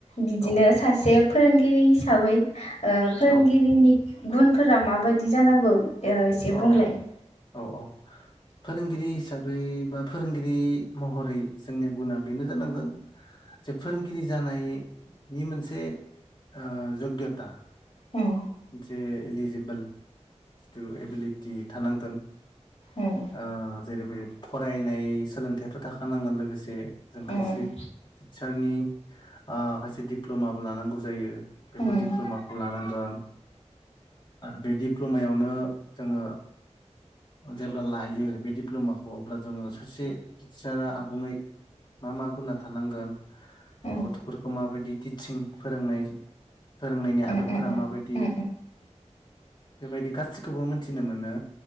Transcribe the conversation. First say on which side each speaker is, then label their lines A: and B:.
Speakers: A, on the left; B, on the left.
A: बिदिनो
B: औ
A: सासे फोरोंगिरि हिसाबै ओ फोरोंगिरिनि
B: औ
A: गुनफोरा माबायदि जानांगौ एसे
B: अ
A: बुंलाय
B: औ औ फोरोंगिरि हिसाबै बा फोरोंगिरि महरै जोंनिया गुना बेनो जानांगोन जे फोरोंगिरि जानायनि मोनसे ओ जग्यथा
A: उम
B: जे इलिजिबोल जिथु एबिलिटि थानांगोन।
A: उम
B: ओ जेरैबादि फरायनाय सोलोंथायाथ' थाखानांगोन लोगोसे जों खायसे
A: उम
B: टिचारनि ओ खायसे दिप्ल'माबो लानांगौ जायो बेफोर
A: उम
B: दिडप्ल'माखौ लानांगोन बे दिप्ल'मायावनो जोङो जे अब्ला लायो बे डप्ल'माखौ अब्ला जोङो सासे टिचारा आबुङै मा मा गुना थानांगोन
A: उम
B: गथ'फोरखौ माबायदि टिचिं फोरोंनाय फोरोंनायनि
A: उम
B: आदबफोरा
A: उम उम
B: माबायदि
A: उम
B: बेबायदि गासिखौबो मोनथिनो मोनो